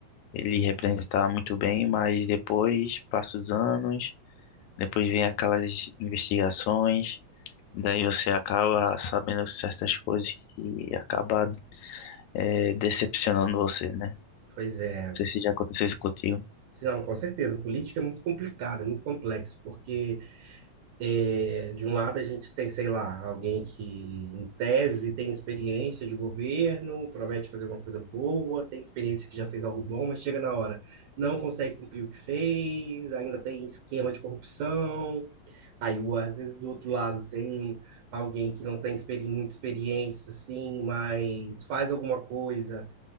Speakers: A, on the left (about 80°); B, on the right (about 75°).
A: ele representar muito bem, mas depois passa os anos, depois vem aquelas investigações, daí você acaba sabendo certas coisas que acaba é, decepcionando você, né?
B: pois é.
A: Não sei se já aconteceu isso contigo.
B: Se Não, com certeza. Política é muito complicada, é muito complexo, porque É, de um lado, a gente tem, sei lá, alguém que, em tese, tem experiência de governo, promete fazer uma coisa boa, tem experiência que já fez algo bom, mas chega na hora, não consegue cumprir o que fez, ainda tem esquema de corrupção. Aí, o- às vezes, do outro lado, tem alguém que não tem experi muita experiência, assim, mas faz alguma coisa